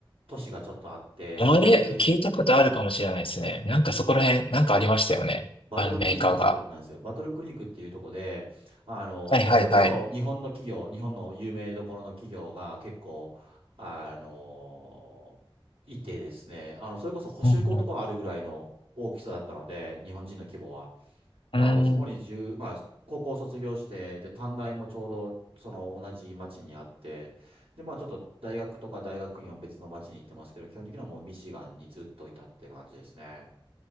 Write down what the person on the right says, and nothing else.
都市がちょっとあって、
そこにずっと
バトルクリークっていうとこなんですよ。
バトルクリークっていうとこで、あの、
それこそ日本の企業、日本の有名どころの企業が結構、あの、いてですね、あの、それこそ補修校とかあるぐらいの大きさだったので、
日本人の規模は。なので、
そこに十まあ、高校卒業して、で、短大もちょうど、その同じ町にあって、で、まあ、ちょっと大学とか大学院は別の町に行ってますけど、基本的にはもうミシガンにずっといたって感じですね。